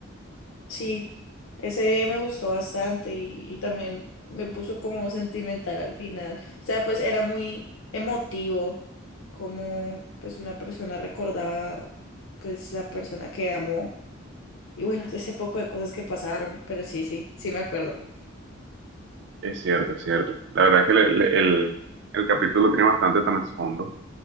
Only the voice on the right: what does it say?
Es cierto, es cierto. La verdad es que le- le- el, el capítulo tiene bastante trasfondo